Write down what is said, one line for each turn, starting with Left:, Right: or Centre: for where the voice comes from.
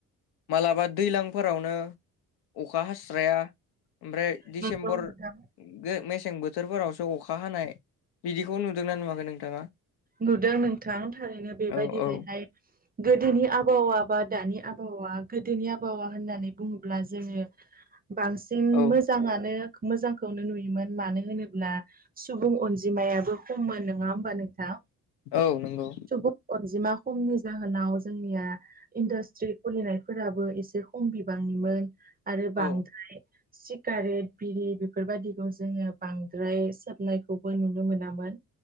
Left: माब्लाबा दैलांफोरावनो अखा हास्राया ओमफ्राय दिसेम्बर
Right: नंगौ नोंथां
Left: गो मेसें बोथोरफोरावस <unintelligible> अखा हानाय बिदिखौ नुदों ना नुवाखै नोंथाङा?
Right: नुदों नोंथां थारैनो बेबायदिहायहाय
Left: औ औ
Right: गोदोनि आबहावा बा दानि आबहावा गोदोनि आबहावा होननानै बुङोब्ला जोङो बांसिन
Left: औ
Right: मोजाङानो मोजांखौनो नुयोमोन मानो होनोब्ला सुबुं अन जिमायाबो खममोन नोङा होमबा नोंथां।
Left: औ नंगौ।
Right: सुबुं अनजिमा खमनि जाहोनाव जोंनिया इन्डास्ट्रि खुलिनाय फोराबो एसे खम बिबांनिमोन आरो बांद्राय
Left: औ
Right: सिगारेट बिरि बेफोर बायदिखौ जोङो बांद्राय सोबनाय खौबो नुनो मोनामोन